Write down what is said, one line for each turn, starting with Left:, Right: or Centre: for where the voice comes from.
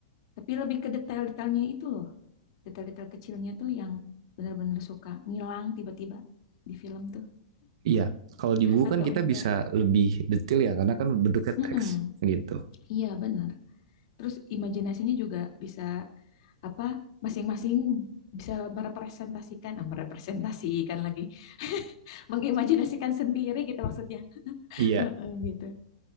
Left: tapi lebih ke detail-detailnya itu loh. Detail-detail kecilnya tuh yang benar-benar suka ngilang tiba-tiba di film tuh
Right: Iya, kalau di buku
Left: atau
Right: kan kita
Left: enggak.
Right: bisa lebih detail ya, karena kan bentuknya
Left: Mm-mm.
Right: teks gitu.
Left: Iya bener. Terus imajinasinya juga bisa apa masing-masing bisa merepresentasikan, ah, merepresentasikan lagi, mengimajinasikan sendiri gitu maksudnya.
Right: Iya,
Left: Heeh, gitu.